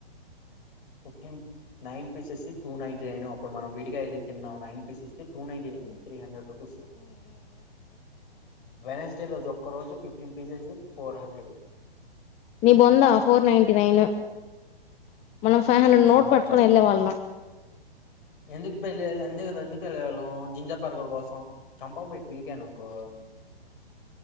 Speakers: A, on the left; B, on the left.
A: fifteen nine pieces two ninety nine అప్పుడు మనం విడిగాయ వెళ్ ఎన్నా nine pieces two ninety నైనే three hundred rupees వెలస్ ఇదే రోజు ఒక్క రోజు ఫిఫ్టీన్ పీసెస్ ఫోర్ హండ్రెడ్
B: నీ బొందా ఫోర్ నైటీ నైను మనం ఫైవ్ హండ్రెడ్ నోట్
A: నాకు
B: పట్టుకుని
A: చెప్ప
B: వెళ్ళే వాళ్ళం
A: ఎందుకు పెళ్లియయలె ఎందుకుదందీప్ తెలిలం జింజర్ పార్కర్ కోసం చంపవ పోయి పీకననుకో